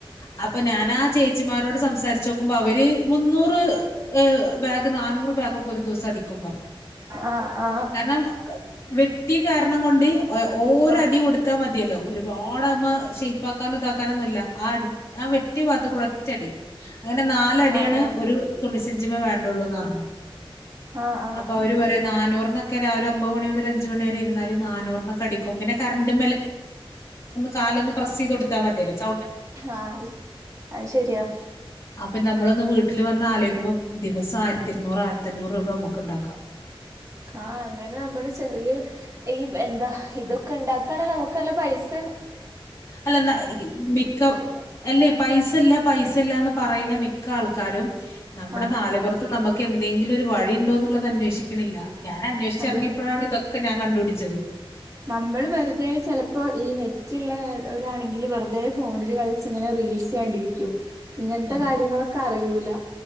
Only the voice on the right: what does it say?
ആ ആ ആ
ആ
ആ
ആ ആ
ആഹ അത് ശെരിയാ
ആ അങ്ങനെ നമ്മള് ചെറിയ ഈ എന്താ ഇതൊക്കെ ഉണ്ടാക്കണെ നമുക്ക് നല്ല പൈസ ആ <unintelligible>
ആഹ്
അത്
നമ്മൾ വെറുതെ ചിലപ്പോ ഈ നെറ്റുള്ള ഒരാണെങ്കിൽ വെറുതെ ഫോണിൽ കളിച്ച് ഇങ്ങനെ റീൽസ് കണ്ടിരിക്കും ഇങ്ങനത്തെ
കാര്യങ്ങളൊക്കെ അറിയൂല